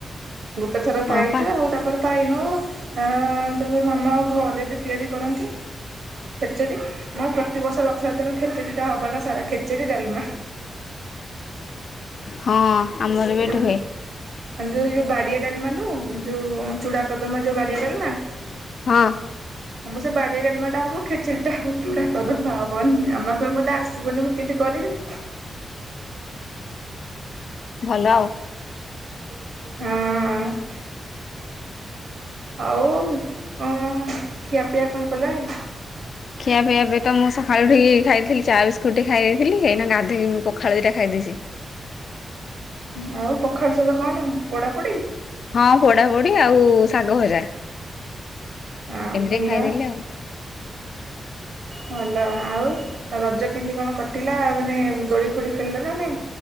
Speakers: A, on the right; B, on the left.
A: ଗୋଟେ ଥର
B: ହଁ
A: ପାଇଛୁ
B: ପା
A: ଆଉ ତାପରେ ପାଇନୋଉ ଆ ତାପରେ ମାମା ହଁ ଦେବି ତିଆରି କରନ୍ତି। ଖେଚେଡ଼ି ମୋ ପ୍ରତିବର୍ଷ ରଥଯାତ୍ରା ତାରୁ ଖେଚେଡ଼ିଟା ହେବ ଟା ସାରା ଖେଚେଡ଼ି ଡାଲମା।
B: ହଁ ଆମର ବି ଏଠି
A: ହଁ
B: ହୁଏ
A: ଯଉ ବାଡିଆ ଡାଲମା ନୁ ଯୋଉ ଚୁଡା କଦମା ଯୋଉ ବାଡିଆ ଡାଲମା।
B: ହଁ।
A: ଆମ ସେ ବାଡିଆ ଡଲମା ଟା ହବ ଖେଚେରିଟା ହବ ଚୁଡା କଦମ୍ବା ହବନି ଆମ କରେ ମତେ ଆସି ଯୀବନରେ ମୁଁ କେମିତି କରିବି।
B: ଭଲ ଆଉ।
A: ହଁ। ଆଉ କଁ ଖିଆପିଆ କଣ କଲାଣି?
B: ଖିଆପିଆ ଏବେ ତ ମୁଁ ସକାଳୁ ଉଠିକି ଖାଇଥିଲି ଚାହା ବିସ୍କୁଟ ଟେ ଖାଇଦେଇଥିଲି ଏଇନା ଗାଧୋଇକି ପଖାଳ ଦିଟା ଖାଇ ଦେଇଛି।
A: ହୁଁ ଆଉ ପଖାଳ ସହିତ କଣ ପୋଡ଼ାପୋଡ଼ି
B: ହଁ ପୋଡାପୋଡି ଆଉ ଶାଗ ଭଜା।
A: ହଁ
B: ଏନ୍ତି
A: ଭଲ
B: ଟିକେ ଖାଇଦେଲେ ଆଉ।
A: ଭଲ ଆଉ ଆ ରଜ କେମିତି କଣ କଟିଲା ମାନେ ଦୋଳି ଫୋଳି ଖେଳିଲ ନା ନାଇଁ